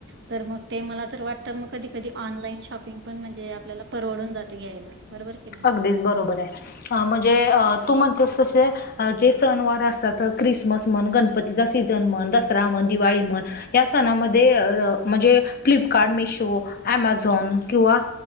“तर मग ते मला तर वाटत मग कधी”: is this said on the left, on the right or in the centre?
Right